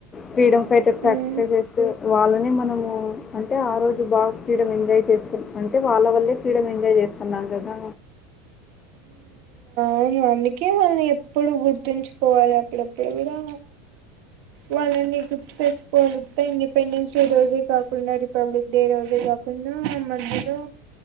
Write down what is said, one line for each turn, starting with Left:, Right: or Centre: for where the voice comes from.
Left: ఫ్రీడమ్ ఫైటర్ సాక్రిఫైస్
Right: ఉమ్
Left: చేస్తె వాళ్ళని మనము అంటే ఆ రోజు బాగా ఫ్రీడమ్ ఎంజాయ్ చేస్తాం అంటే వాళ్ళ వల్లే ఫ్రీడ ఎంజాయ్ చేస్తున్నాం కదా
Right: అవునవును నికే వాళ్ళని ఎప్పుడు గుర్తుంచుకోవాలి అప్పుడెప్పుడు కూడా వాళ్ళని గుర్త్ తెచ్చుకోవాలి పెండిపెండెన్స్ డే రోజే కాకుండా రిపబ్లిక్ డే రోజే కాకుండా మబ్బు రో